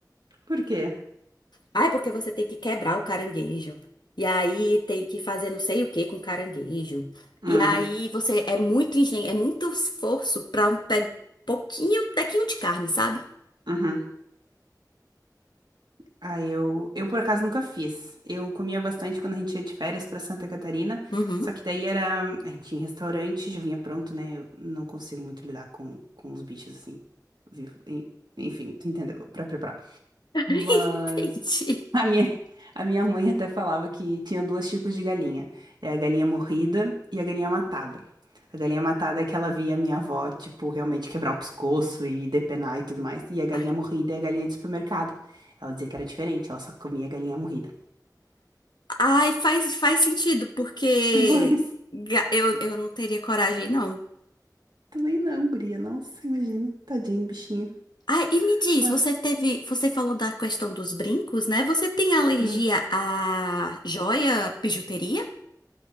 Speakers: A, on the right; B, on the left.
A: Por quê?
B: Ah, é porque você tem que quebrar o caranguejo. E aí tem que fazer não sei o que com caranguejo.
A: Hum.
B: E aí você é muito engen é muito esforço pra um pe pouquinho, tequinho de carne, sabe?
A: Uhum. Ah, eu, eu por acaso nunca fiz. Eu comia bastante quando a gente ia de férias pra Santa Catarina,
B: Uhum.
A: só que daí era, a gente ia em restaurante, já vinha pronto, né? Eu não consigo muito lidar com, com os bichos assim, vivo. En- Enfim, tu entendeu? Pra preparar.
B: <laughs>
A: Mas
B: Entendi.
A: a minha, a minha mãe até falava que tinha dois tipos de galinha. É a galinha morrida e a galinha matada. A galinha matada é que ela via a minha avó, tipo, realmente quebrar o pescoço e depenar e tudo mais. E a galinha
B: Ai,
A: morrida é a galinha de supermercado. Ela dizia que era diferente, ela só comia galinha morrida.
B: ai, faz, faz sentido, porque
A: <laughs> Mas
B: ga- eu, eu não teria coragem, não.
A: também não, guria. Nossa, imagina. Tadinho do bichinho.
B: Ai, e me diz,
A: Mas.
B: você teve, você falou da questão dos brincos, né? Você tem alergia
A: aham.
B: a joia, bijuteria?